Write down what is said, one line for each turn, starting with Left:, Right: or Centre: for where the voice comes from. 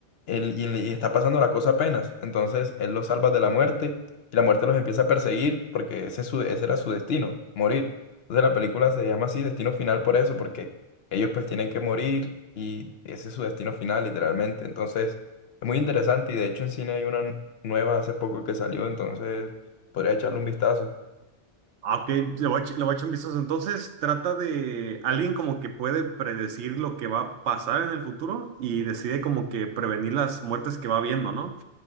Left: él- y, y está pasando la cosa apenas. Entonces él los salva de la muerte y la muerte los empieza a perseguir porque ese, es su- ese era su destino, morir. Entonces la película se llama así, Destino Final por eso, porque ellos pues tienen que morir y ese es su destino final literalmente. Entonces es muy interesante y de hecho en cine hay una nueva hace poco que salió, entonces podría echarle un vistazo.
Right: Ah, Ok, le voy a, ech- le voy a echar un vistazo. Entonces, trata de alguien como que puede predecir lo que va a pasar en el futuro y decide como que prevenir las muertes que va viendo, ¿no?